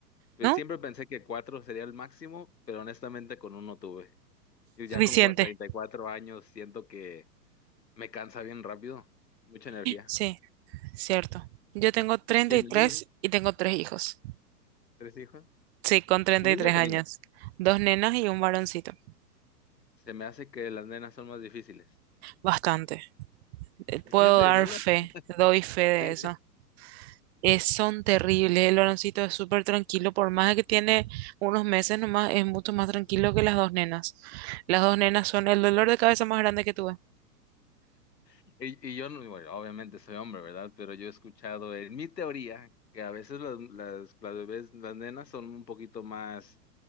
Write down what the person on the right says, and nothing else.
¿no?
Suficiente.
Sí, cierto. Yo tengo treinta
y tres
y tengo tres hijos.
Sí, con treinta
y tres
años.
Dos nenas y un varoncito.
Bastante. Eh, Puedo
dar
fe, doy fe
de
eso. Eh, son terribles. El varoncito es súper tranquilo, por más de que tiene unos meses nomás, es mucho más tranquilo que las dos nenas. Las dos nenas son el dolor de cabeza más grande que tuve.